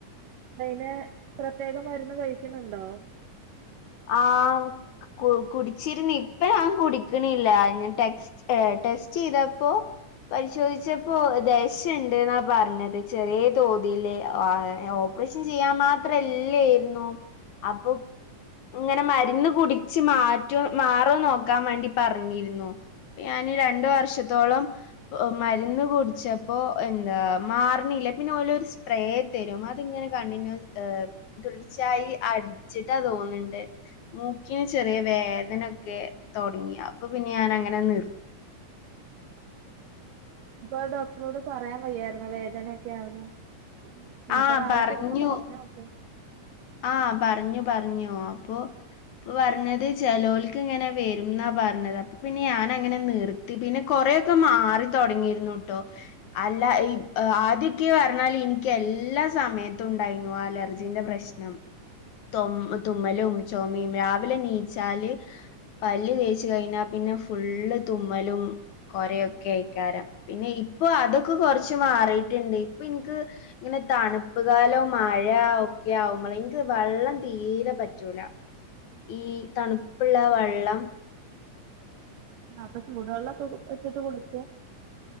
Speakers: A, on the right; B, on the left.
A: അയ്ന് പ്രത്യേക മരുന്ന് കഴിക്കുന്നുണ്ടോ
B: ആഹ് കു കുടിച്ചിരുന്ന് ഇപ്പൊ ഞാൻ കുടിക്കണില്ല ടെസ്റ്റ് ഏഹ് ടെസ്റ്റ് ചെയ്തപ്പോ പരിശോധിച്ചപ്പോ ദ ശ ണ്ട്ന്നാ പറഞ്ഞത് ചെറിയ തോതില് ഓപ്പറേഷൻ ചെയ്യാൻ മാത് ത്ര ഇല്ലേർന്നു അപ്പൊ- ഇങ്ങനെ മരുന്ന് കുടിച്ച് മാറ്റോ മാറോ നോക്കാൻ വേണ്ടി പറഞ്ഞിരുന്നു ഞാന് രണ്ട് വർഷത്തോളം മരുന്ന് കുടിച്ച പ്പൊ എന്താ മാറണില്ല പിന്നെ ഓലോരു സ്പ്രേ തരും അതിങ്ങനെ കണ്ടിന്യൂ ഏ - തുടർച്ചായി അടിച്ചിട്ടാ തോന്ന്ണ്ട് മൂക്കിന് ചെറിയ വേദനൊക്കെ തൊടങ്ങി അപ്പൊ പിന്നെ ഞാൻ അങ്ങനെ നിർ
A: അആ പ്പ ഡോക്ടറോട് പറയാൻ വയ്യായിരുന്നോ വേദനൊക്കെയാന്ന് ഇനിപ്പോ
B: ആഹ്
A: നാളെ
B: പറഞ്ഞു
A: പോകുമ്പോ പറഞ്ഞോക്ക്
B: ആഹ് പറഞ്ഞു പറഞ്ഞു അപ്പൊ അപ്പ പറഞ്ഞത് ചെലോൽക്ക് ഇങ്ങനെ വരുംന്നാ പറഞ്ഞത് അപ്പ പിന്നെ ഞാനങ്ങനെ നിർത്തി പിന്നെ കൊറേ ക്ക മാറിത്തൊടങ്ങിയിരുന്നുട്ടോ അല്ല ഈ ആദ്യക്കി പറഞ്ഞാല് ഇനിക്ക് എല്ലാ സമയത്തും ഉണ്ടായിരുന്നു അലർജിന്റെ പ്രശ്നം തൊ തുമ്മലും ചോമേം രാവിലെ നീച്ചാല്- പല്ല് തേച്ച് കഴിഞ്ഞാ പിന്നെ ഫുള്ള് തുമ്മലും- കൊരയൊക്കെക്കാരം പിന്നെ ഇപ്പൊ അതൊക്കെ കൊറച്ച് മാറിട്ടുണ്ട് ഇപ്പൊ ഇൻക്ക്- ഇങ്ങനെ തണുപ്പ് കാലോ മഴ ഒക്കെയാവു മ്പളെ ഇനിക്ക് വള്ളം തീരെ പറ്റൂല ഈ തണുപ്പ്ള്ള വള്ളം
A: ആപ്പൊ ചൂടുവള്ളോക്കെ വെച്ചിട്ട് കുളിക്കാ